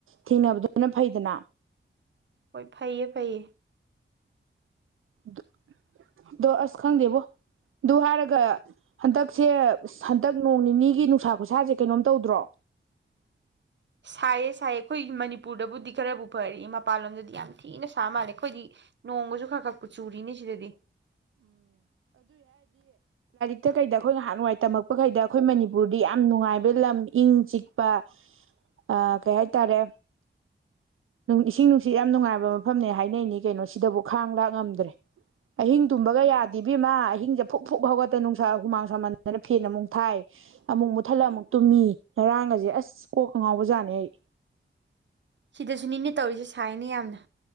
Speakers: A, on the right (about 75°); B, on the right (about 60°).
A: ꯊꯦꯡꯅꯕꯗꯨꯅ ꯐꯩꯗꯅ꯫
B: ꯍꯣꯏ ꯐꯩꯌꯦ ꯐꯩꯌꯦ
A: ꯗꯣ ꯗꯣ ꯑꯁ ꯈꯪꯗꯦꯕꯣ ꯑꯗꯨ ꯍꯥꯏꯔꯒ ꯍꯟꯗꯛꯁꯦ ꯏꯁ ꯍꯟꯗꯛ ꯅꯣꯡ ꯅꯤꯅꯤꯒꯤ ꯅꯨꯡꯁꯥ ꯈꯨꯁꯥꯁꯦ ꯀꯩꯅꯣꯝ ꯇꯧꯗ꯭ꯔꯣ꯫
B: ꯁꯥꯏꯌꯦ ꯁꯥꯏꯌꯦ ꯑꯩꯈꯣꯏ ꯃꯅꯤꯄꯨꯔꯗꯕꯨꯗꯤ ꯈꯔꯕꯨ ꯐꯔꯤꯌꯦ ꯃꯄꯥꯟꯂꯣꯝꯗꯗꯤ ꯌꯥꯝ ꯊꯤꯅ ꯁꯥ ꯃꯥꯜꯂꯦ ꯑꯩꯈꯣꯏꯗꯤ ꯅꯣꯡꯒꯁꯨ ꯈꯔ ꯈꯔꯄꯨ ꯆꯨꯔꯤꯅꯦ ꯁꯤꯗꯗꯤ꯫
A: ꯇꯥ ꯀꯩꯗ ꯑꯩꯈꯣꯏ ꯉꯍꯥꯟ ꯋꯥꯏ ꯇꯃꯛꯄ ꯈꯩꯗ ꯑꯩꯈꯣꯏ ꯃꯅꯤꯄꯨꯔꯗꯤ ꯌꯥꯝ ꯅꯨꯡꯉꯥꯏꯕ ꯂꯝ ꯏꯪ ꯆꯤꯛꯄ ꯑꯥ ꯀꯩ ꯍꯥꯏꯇꯥꯔꯦ ꯏꯁꯤꯡ ꯅꯨꯡꯁꯤꯠ ꯌꯥꯝ ꯅꯨꯡꯉꯥꯏꯕ ꯃꯐꯝꯅꯦ ꯍꯥꯏꯅꯩꯅꯤ ꯀꯩꯅꯣ ꯁꯤꯗꯕꯣꯛ ꯈꯥꯡ ꯂꯥꯛ ꯉꯝꯗ꯭ꯔꯦ꯫ ꯇꯨꯝꯕꯒ
B: ꯑꯗꯨ
A: ꯌꯥꯗꯦ ꯏꯕꯦꯝꯃ ꯑꯍꯤꯡ ꯖꯦ ꯐꯨꯛ ꯐꯨꯛ ꯍꯧꯒꯠꯇꯅ ꯅꯨꯡꯁꯥ ꯍꯨꯃꯥꯡ ꯁꯧꯃꯟꯗꯅ ꯐꯦꯟ ꯑꯃꯨꯛ ꯊꯥꯏ ꯑꯃꯨꯛ ꯃꯨꯊꯠꯂ ꯑꯃꯨꯛ ꯇꯨꯝꯃꯤ ꯉꯔꯥꯡꯒꯁꯦ ꯑꯁ ꯀꯣꯛꯀ ꯉꯥꯎꯕꯖꯥꯟꯅꯦ ꯑꯩ꯫
B: ꯁꯤꯗꯁꯨꯅꯤꯅꯦ ꯇꯧꯔꯤꯁꯦ ꯁꯥꯏꯅꯦ ꯌꯥꯝꯅ꯫